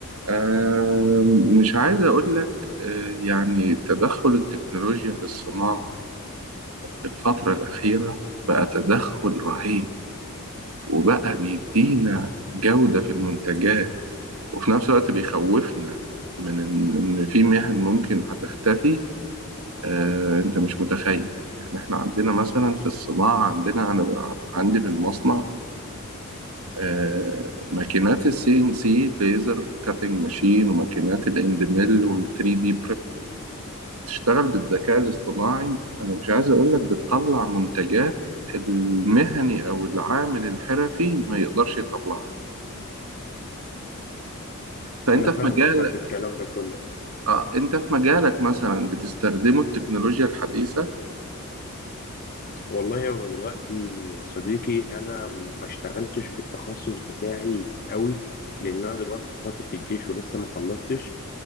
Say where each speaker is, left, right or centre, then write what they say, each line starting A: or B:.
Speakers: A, on the right (about 75°); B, on the left (about 40°).
A: آه، مش عايز أقول لك آه، يعني تدخل التكنولوجيا في الصناعة في الفترة الأخيرة بقى تدخل رهيب وبقى بيدينا جودة في المنتجات وفي نفس الوقت بيخوفنا من إن إن في مهن ممكن هتختفي آه، أنت مش متخيل يعني إحنا عندنا مثلا في الصناعة عندنا أنا بقى- عندي في المصنع آه، ماكينات السي إن سي ليزر كاتنج ماشين وماكينات الاند ميل وال3 دي تشتغل بالذكاء الاصطناعي انا مش عايز اقول لك بتطلع منتجات المهني او العامل الحرفي ما يقدرش يطلعها فانت
B: انا
A: في
B: فاهمك
A: مجالك
B: اه في الكلام ده كله اه
A: آه انت في مجالك مثلا بتستخدمه التكنولوجيا الحديثه
B: والله هو دلوقتي يا صديقي انا ما اشتغلتش بالتخصص بتاعي قوي لان انا دلوقتي في فتره الجيش ولسه ما خلصتش